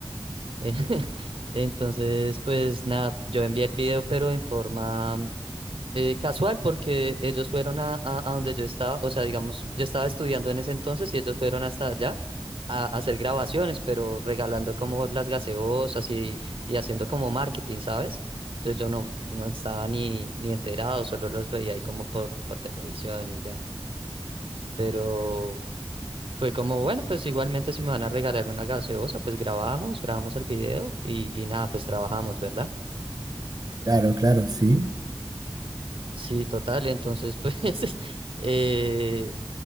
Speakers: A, on the right; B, on the right.
A: <laughs> Entonces, pues nada, yo envié el video pero en forma eh, casual, porque ellos fueron a, a, a donde yo estaba, o sea, digamos, yo estaba estudiando en ese entonces y ellos fueron hasta allá a, a hacer grabaciones, pero regalando como las gaseosas y, y haciendo como marketing, ¿sabes? Entonces yo no, no estaba ni, ni enterado, solo los veía ahí como por, por televisión y ya. Pero fue como, bueno, pues igualmente si me van a regalar una gaseosa, pues grabamos, grabamos el video y, y nada, pues trabajamos, ¿verdad?
B: Claro, claro, sí.
A: Sí, total. Entonces, pues, <laughs> eh,